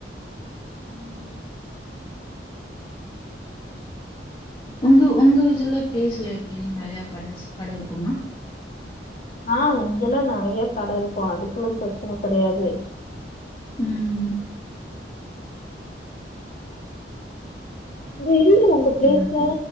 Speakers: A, on the left; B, on the left.
A: ம்
B: உங்க உங்க இதுல பிளேஸ்ல எப்டி நெறையா கடைஸ் கட இருக்குமா
A: ஆ இங்கெல்லா நெறைய கட இருக்கு அதுக்கெல்லா பிரச்சன கெடையாது
B: ம்
A: அங்க இல்ல உங்க பிளேஸ்ல
B: ஓகே.